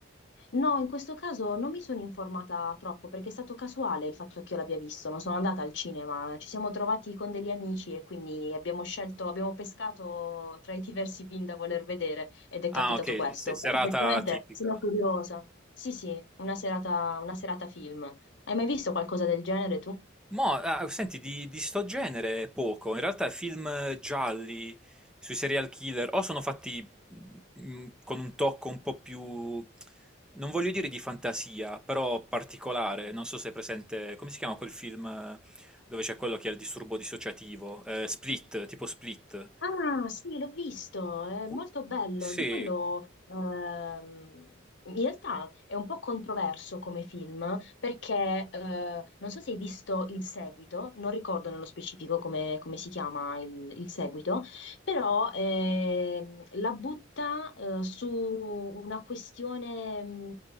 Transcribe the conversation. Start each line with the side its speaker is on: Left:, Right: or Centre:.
Left: No, in questo caso non mi sono informata troppo perché è stato casuale il fatto che io l'abbia visto, non sono andata al cinema, ci siamo trovati con degli amici e quindi abbiamo scelto, abbiamo pescato tra i diversi film da voler vedere ed è
Centre: Ah,
Left: capitato
Centre: ok,
Left: questo.
Centre: se- serata
Left: Però effettivamente
Centre: tipica.
Left: sono curiosa. Sì, sì, una serata, una serata film. Hai mai visto qualcosa del genere tu?
Centre: Mo, ah, senti, di, di sto genere poco. In realtà film gialli sui serial killer o sono fatti mm, mm, con un tocco un po' più, non voglio dire di fantasia, però particolare. Non so se è presente, come si chiama quel film eh, dove c'è quello che ha il disturbo dissociativo? Eh, Split, tipo Split.
Left: Ah, sì, l'ho visto, è
Centre: Qu-
Left: molto bello.
Centre: Sì,
Left: Di quello, ehm, in realtà è un po' controverso come film, perché eh, non so se hai visto il seguito, non ricordo nello specifico come, come si chiama il, il seguito, però ehm, la butta eh, su una questione mh,